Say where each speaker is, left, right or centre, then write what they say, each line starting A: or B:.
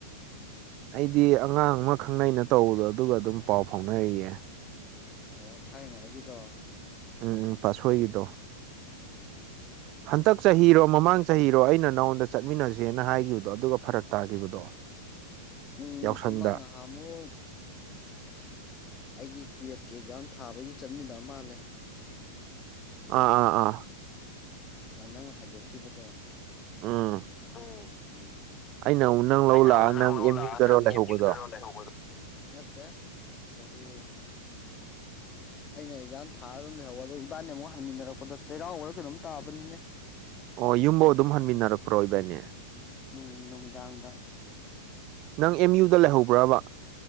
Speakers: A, on the right; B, on the left.
A: ꯑꯩꯗꯤ ꯑꯉꯥꯡ ꯑꯃ ꯈꯪꯅꯩꯅ ꯇꯧꯕꯗꯣ ꯑꯗꯨꯒ ꯑꯗꯨꯝ ꯄꯥꯎ ꯐꯥꯎꯅꯔꯤꯌꯦ
B: ꯑꯣ ꯊꯥꯏꯅꯉꯥꯏꯒꯤꯗꯣ
A: ꯎꯝ ꯎꯝ ꯄꯥꯁꯣꯏꯒꯤꯗꯣ
B: ꯎꯝ ꯎ
A: ꯍꯟꯗꯛ ꯆꯍꯤꯔꯣ ꯃꯃꯥꯡ ꯆꯍꯤꯔꯣ ꯑꯩꯅ ꯅꯉꯣꯟꯗ ꯆꯠꯃꯤꯟꯅꯁꯦꯅ ꯍꯥꯏꯈꯤꯕꯗꯣ ꯑꯗꯨꯒ ꯐꯔꯛ ꯇꯥꯈꯤꯕꯗꯣ
B: ꯎꯝ
A: ꯌꯥꯎꯁꯪꯗ
B: ꯑꯃ ꯉꯍꯥꯃꯨꯛ ꯑꯩꯒꯤ ꯀꯨꯋꯦꯠꯀꯤ ꯑꯦꯛꯖꯥꯝ ꯊꯥꯕꯩꯗꯤ ꯆꯠꯃꯤꯟꯅꯕ ꯃꯥꯜꯂꯦ
A: ꯑꯥ ꯑꯥ ꯑꯥ
B: ꯅꯪ ꯍꯥꯏꯗꯣꯛꯈꯤꯕꯗꯣ
A: ꯎꯝ
B: ꯎꯝ
A: ꯑꯩꯅ ꯑꯃꯨꯛ ꯅꯪ ꯂꯧ
B: ꯑꯩꯅ
A: ꯂꯥꯛꯑ
B: ꯑꯃꯨꯛ ꯅꯪ ꯂꯧ
A: ꯑꯦꯝ
B: ꯂꯥꯛꯑ
A: ꯌꯨꯗꯔꯣ
B: ꯅꯪ
A: ꯂꯩꯍꯧꯕꯗꯣ
B: ꯑꯦꯝ ꯌꯨ ꯇꯔ ꯂꯩꯍꯧꯕꯗꯣ ꯅꯠꯇꯦ ꯀꯔꯤ ꯑꯩꯅ ꯑꯦꯛꯖꯥꯝ ꯊꯥꯔ ꯑꯗꯨꯝ ꯂꯩꯍꯧꯕ ꯑꯗꯣ ꯏꯕꯥꯅꯤ ꯑꯃꯨꯛ ꯍꯟꯃꯤꯟꯅꯔꯛꯄꯗ ꯆꯩꯔꯥꯎꯕꯔꯒ ꯀꯩꯅꯣꯝ ꯇꯥꯕꯅꯤꯅꯦ
A: ꯑꯣ ꯌꯨꯝꯐꯧ ꯑꯗꯨꯝ ꯍꯟꯃꯤꯟꯅꯔꯛꯄ꯭ꯔꯣ ꯏꯕꯥꯏꯅꯦ
B: ꯎ ꯅꯨꯃꯤꯗꯥꯡꯗ
A: ꯅꯪ ꯑꯦꯝ ꯌꯨꯗ ꯂꯩꯍꯧꯕ꯭ꯔꯕ